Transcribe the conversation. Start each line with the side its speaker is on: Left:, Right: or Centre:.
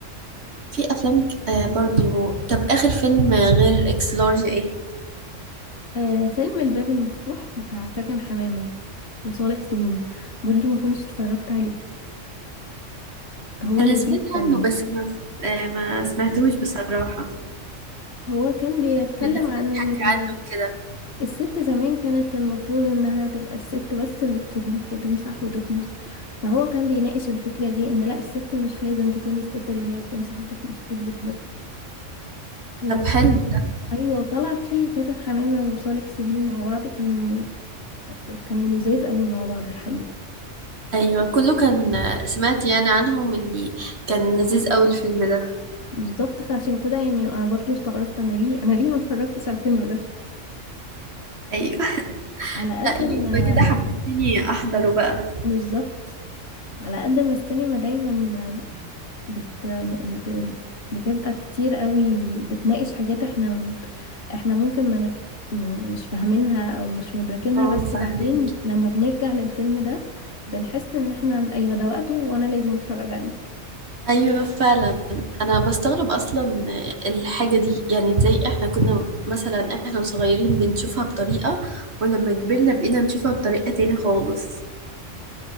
Right: في افلام ك- آه برضو طب اخر فيلم غير اكس لارج ايه
Left: آه فيلم الباب المفتوح بتاع فاتن حمامه وصالح سليم برضو ما كنتش اتفرجت عليه هو
Right: انا
Left: لذيذ
Right: سمعت
Left: قوي
Right: عنه بس ما آه، ما سمعتوش بصراحة
Left: هو كان بيتكلم
Right: من الناس
Left: عن
Right: بتحكي
Left: ان ال...
Right: عنه كده
Left: الست زمان كانت المفروض انها تبقى الست بس اللي بتطبخ وتمسح وتكنس فهو كان بيناقش الفكرة دي ان لا الست مش لازم تكون الست اللي هي بتمسح وتكنس وتطبخ بس و...
Right: طب حلو
Left: ايوه وطلع فيه فاتن حمامة وصالح سليم مع بعض كان كانوا لذاذ قوي مع بعض الحقيقة
Right: ايوه كله كان سمعت يعني عنهم اني كان لذيذ قوي الفيلم ده
Left: بالظبط فعشان كده يعني انا برضو استغربت انا ليه انا ليه ما اتفرجتش على الفيلم ده
Right: ايوه
Left: على قد
Right: لا
Left: ما
Right: يبقى كده حمستني احضره بقى
Left: بالظبط على قد ما السينما دايما بت... ب... ب... بتبقى كتير قوي بتناقش حاجات احنا احنا ممكن ما نف... ما- مش فاهمينها او مش مدركينها
Right: اه
Left: بس
Right: فاهمه
Left: بعدين لما بنرجع للفيلم ده بنحس ان احنا ايوه ده وقته وانا لازم اتفرج عليك
Right: ايوه فعلا انا بستغرب اصلا الحاجه دي يعني ازاي احنا كنا مثلا احنا صغيرين بنشوفها بطريقه ولما كبرنا بقينا نشوفها بطريقه تاني خالص